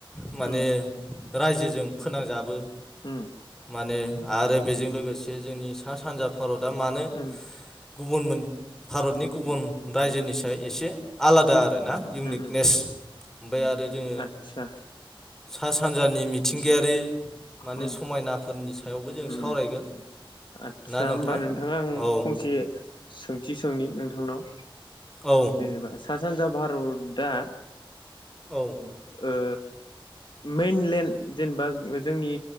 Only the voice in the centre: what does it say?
माने
रायजोजों फोनांजाबो
माने आरो बेजों लोगोसे जोंनि सा सानजा भारतआ मानो
गुबुन मोन भारतनि गुबुन रायजोनि साय एसे आलादा आरो ना इउनिकनेस
ओमफ्राय आरो जोङो
सा सानजानि मिथिंगायारि माने
समायनाफोरनि सायावबो जों
सावरायगोन।
ना नोंथां
औ
औ
औ